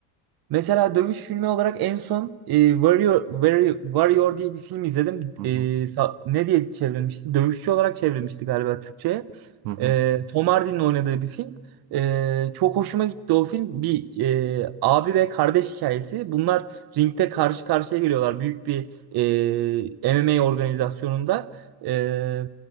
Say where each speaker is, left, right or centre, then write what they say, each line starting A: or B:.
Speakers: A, on the right; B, on the right.
A: Mesela dövüş filmi olarak en son e, Warrior, Warrior, Warrior diye bir film izledim.
B: Hı hı.
A: E, sa- ne diye çevrilmişti? Dövüşçü olarak çevrilmişti galiba Türkçe'ye.
B: Hı hı.
A: E, Tom Hardy'nin oynadığı bir film. E, çok hoşuma gitti o film. Bir e, abi ve kardeş hikayesi. Bunlar ringde karşı karşıya geliyorlar büyük bir e, MMA organizasyonunda. E,